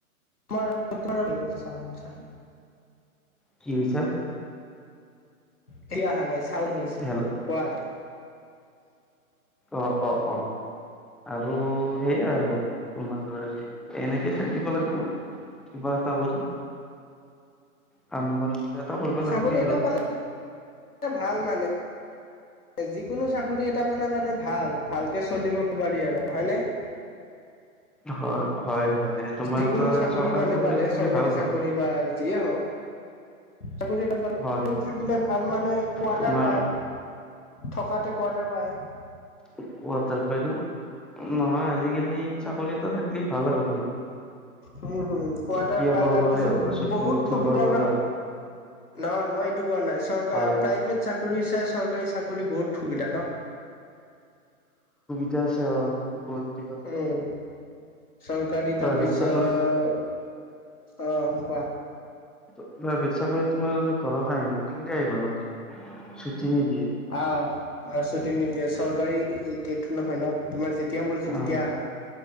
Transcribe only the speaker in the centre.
কি কৈছা
হেল্ল'
অ অ অ আৰু সেই আৰু তোমাৰ এনেকে থাকিব লাগিব কিবা এটা কৰি, কাম বন এটা কৰিব
লাগিবই
আৰু
হয়। হয় হয় তোমাৰ
এটা
চৰকাৰী
থাকিলে
ভাল ঘৰ
হয়
তোমাৰ
কোৱাটাৰ পাই ন? নহয় আজিকালি চাকৰি এটা থাকিলি ভাল আৰু তোমাৰ।
তৃতীয়
বৰ্গৰে
হওক বা চতুৰ্থ
বৰ্গৰে
হওক
হয়
<unintelligible> বহুত <unintelligible>
প্ৰাইভেট
চাকৰি,
প্ৰাইভেট চাকৰিত তোমাৰ। ঘৰত আহিম বুলি বুলি আহিব নোৱাৰি। ছুটি নিদিয়ে
অ